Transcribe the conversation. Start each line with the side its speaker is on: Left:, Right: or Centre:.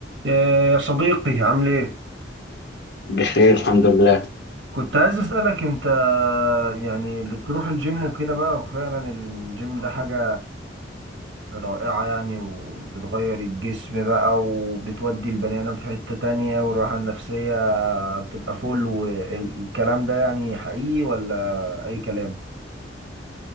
Right: إيه يا صديقي عامل ايه؟
Left: بخير الحمد لله
Right: كنت عايز اسألك انت يعني بتروح الجيم وكده بقى وفعلا الجيم ده حاجة رائعة يعني وبتغير الجسم بقى وبتودي البني آدم في حتة تانية والراحة النفسية بتبقى فل والكلام ده يعني حقيقي ولا أي كلام؟